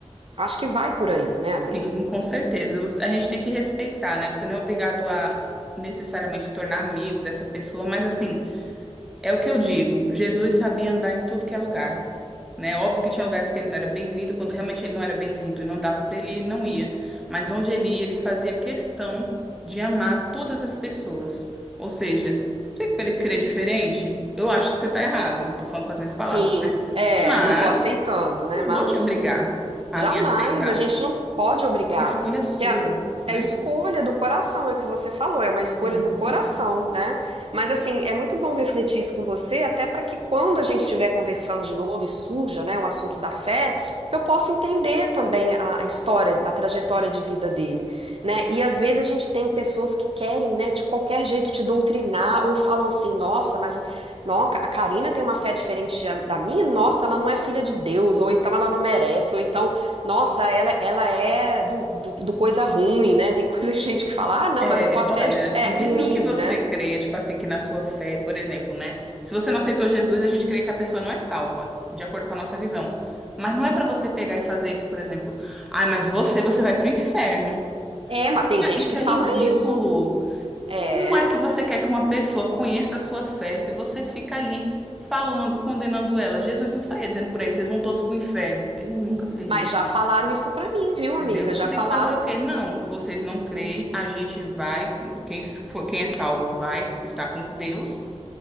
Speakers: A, on the right (about 55°); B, in the centre.
A: Acho que vai por aí, né, amiga?
B: Sim, com certeza. Você- A gente tem que respeitar, né? Você não é obrigado a necessariamente se tornar amigo dessa pessoa, mas assim, é o que eu digo. Jesus sabia andar em tudo que é lugar, né? Óbvio que tinha lugares que ele não era bem-vindo, quando realmente ele não era bem-vindo e não dava pra ele ir, ele não ia. Mas onde ele ia, ele fazia questão de amar todas as pessoas. Ou seja, você querer crer diferente, eu acho que você tá errado. Tô falando com as minhas palavras,
A: Sim,
B: né?
A: é,
B: Mas
A: não tô aceitando, né?
B: Não
A: Mas.
B: vou te obrigar a
A: Jamais,
B: me aceitar.
A: a gente não pode obrigar,
B: A escolha é sua,
A: porque a,
B: né?
A: é escolha do coração, é o que você falou, é uma escolha
B: Uhum.
A: do coração, né? Mas assim, é muito bom refletir isso com você, até para que quando a gente estiver conversando de novo e surja, né, o assunto da fé, que eu possa entender também a, a história, a trajetória de vida dele, né? E às vezes a gente tem pessoas que querem, né, de qualquer jeito te doutrinar ou falam assim, nossa, mas Não, a Karina tem uma fé diferente da minha, nossa, ela não é filha de Deus, ou então ela não merece, ou então nossa, ela, ela é do, do, do coisa ruim, né? Tem coisa <laughs> gente que fala, ah, não,
B: É,
A: mas a tua fé
B: olha,
A: é de- é ruim,
B: mesmo que você
A: né?
B: creia, tipo assim, que na sua fé, por exemplo, né? Se você não aceitou Jesus, a gente crê que a pessoa não é salva, de acordo com a nossa visão. Mas não é pra você pegar e fazer isso, por exemplo. Ai, mas você, você vai pro inferno.
A: É, mas tem
B: Ah,
A: gente
B: Isso
A: que
B: é
A: fala
B: ridículo.
A: isso. É,
B: Como é que você quer que uma pessoa conheça a sua fé se você fica ali falando, condenando ela? Jesus não saía dizendo por aí, vocês vão todos pro inferno. Ele nunca fez
A: mas
B: isso.
A: já falaram isso pra mim, viu, amiga?
B: Entendeu? Você
A: Já
B: tem
A: falaram,
B: que fazer o quê? Não, vocês não creem, a gente vai, quem, s- for- quem é salvo vai estar com Deus